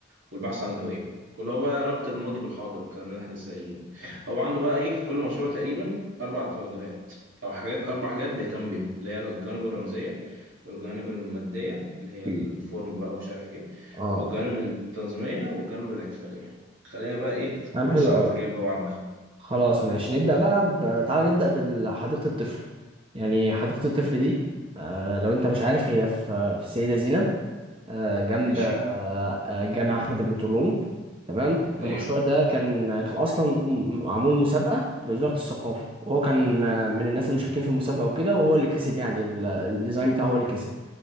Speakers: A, on the right; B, on the right.
A: والبحث عن الهوية كل هو بقى ربط الماضي بالحاضر والكلام اللي احنا لسه قايلينه ده هو عنده بقى ايه في كل مشروع تقريبا اربع توجهات او حاجات اربع حاجات بيهتم بيهم اللي هي الجوانب الرمزية والجوانب المادية اللي هي
B: مم.
A: الفورم بقى ومش عارف ايه
B: اه
A: والجوانب التنظيمية والجوانب الاحتفالية خلينا بقى ايه
B: كلام
A: نبص
B: حلو
A: على
B: قوي
A: الفريق اللي هو عملها
B: خلاص ماشي نبدأ بقى ب... تعالى نبدأ بحديقة الطفل يعني حديقة الطفل
A: م-
B: دي آه لو انت مش عارف هي في في السيدة زينب آه جنب
A: ماشي
B: آه آه، جامع أحمد بن طولون تمام المشروع
A: ايوه
B: ده كان كان أصلا م- معمول مسابقة لوزارة الثقافة وهو كان آه، من الناس المشاركين في المسابقة وكده وهو اللي كسب يعني ال- الديزاين بتاعه هو اللي كسب